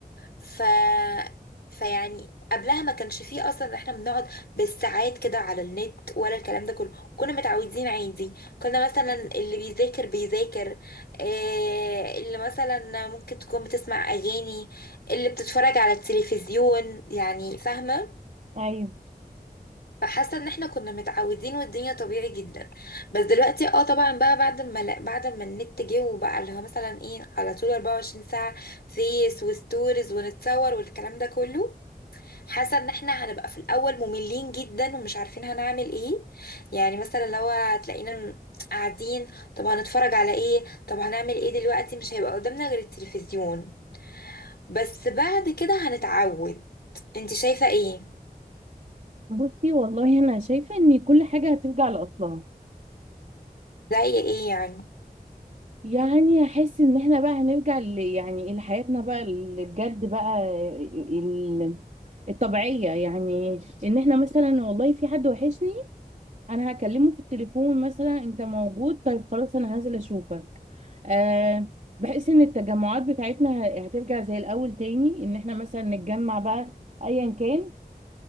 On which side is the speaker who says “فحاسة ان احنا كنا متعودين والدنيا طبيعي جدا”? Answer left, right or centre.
Left